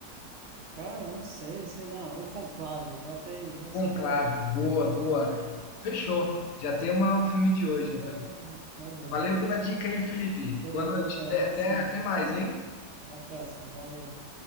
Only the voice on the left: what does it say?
Conclave,
boa, boa. Fechou. Já tem uma, o filme de hoje,
então.
Valeu pela dica aí, Felipe.
Boa noite.
Até,
até, até mais, hein?